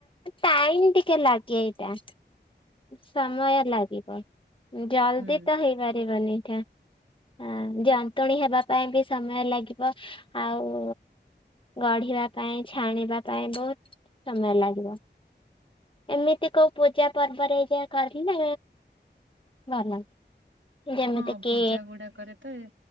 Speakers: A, on the left; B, on the right.
A: ଟାଇମ ଟିକେ ଲାଗେ ଏଇଟା। ସମୟ ଲାଗିବ ଜଲ୍ଦି
B: ହୁଁ
A: ତ ହେଇପାରିବନି ଏଇଠା। ହଁ ଜନ୍ତୁଳି ହେବା ପାଇଁ ବି ସମୟ ଲାଗିବ ଆଉ ଗଢ଼ିବା ପାଇଁ ଛାଣିବା ପାଇଁ ବହୁତ ସମୟ ଲାଗିବ। ଏମିତି କୋଉ ପୂଜା ପର୍ବରେ ଯା କହିଲେ ଭଲ। ଯେମିତିକି।
B: ହଁ ପୂଜା ଗୁଡାକରେ ତ ଏ-